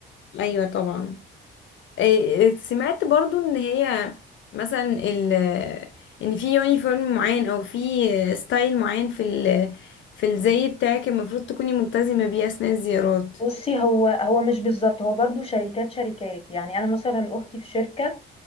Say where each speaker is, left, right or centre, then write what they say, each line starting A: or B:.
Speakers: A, on the left; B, on the left.
A: ايوه طبعا إيه، سمعت برضو ان هي مثلا ال ان في يونيفورم معين او في ستايل معين في ال في الزي بتاعك المفروض تكوني ملتزمة بيه اثناء الزيارات
B: بصي هو هو مش بالظبط هو برضو شركات شركات يعني انا مثلا اختي في شركه